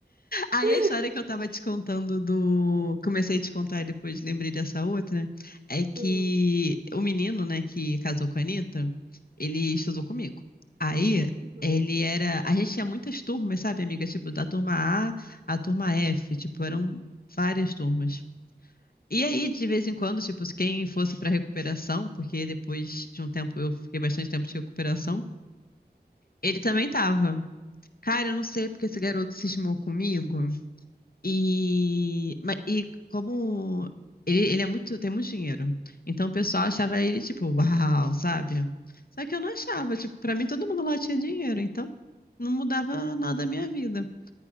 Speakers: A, on the left; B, on the right.
A: Aí
B: <laughs>
A: a história que eu tava te contando do. Comecei a te contar e depois lembrei dessa outra. É que
B: Uhum. Hum,
A: o menino, né, que casou com a Anitta, ele estudou comigo. Aí
B: uhum.
A: ele era. A gente tinha muitas turmas, sabe, amiga? Tipo, da turma A à turma F. Tipo, eram várias turmas. E aí, de vez em quando, tipo, quem fosse pra recuperação, porque depois de um tempo eu fiquei bastante tempo de recuperação, ele também tava. Cara, eu não sei porque esse garoto cismou comigo. E, ma- e como ele, ele é muito, tem muito dinheiro. Então o pessoal achava ele tipo, uau, sabe? Só que eu não achava, tipo, pra mim todo mundo lá tinha dinheiro, então não mudava nada a minha vida.